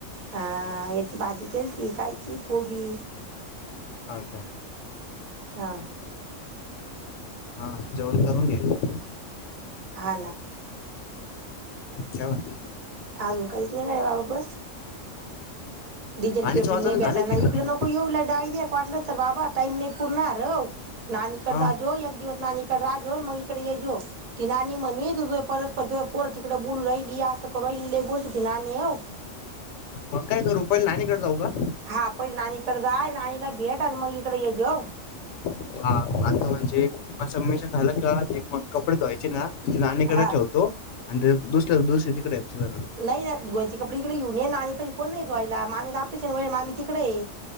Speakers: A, on the right; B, on the left.
A: आ, एक भाजी केलती कालची कोबी.
B: हा का.
A: हा.
B: हा, जेवण करून घ्यायचं.
A: हा ना.
B: काय म्हणती.
A: अजून काहीच नाही बाबा बस. डिझेल
B: पाणीचं
A: पेट्रोल
B: वाचवण
A: नाई
B: झालंय
A: भेटाना
B: तिकडं
A: इकडं नको येऊ. डायरेक्ट भेटावं वाटलं तर बाबा, टाईम नाई पूरणार, औ? नानीकडं
B: हा
A: जा जो एक दिवस नानी जा जो मग इकडं येजो. ती नानी म्हणीन, परस्पर तुजं पोरं तिकडं बोलू रायली, आसं पहिली लै बोलत हुती नानी औ.
B: मग काय करु? पैले नानीकडं जाऊ का?
A: हा, पैलं नानीकडं जाय, नानीला भेट आणि मग इकडं ये जो.
B: हा. आता म्हणजे सबमिशन झालं का, ते मग कपडे ध्वायचे ना नानीकडं
A: हा
B: ठेवतो आणि दुसऱ्या <unintelligible> तिकडं येतो तुज्याकडं.
A: नाही, धुवायची कपडे इकडं घेऊन ये. नानीपशी कोण नाही धुवायला. मामीचं आफिस सुरुय, मामी तिकडंय.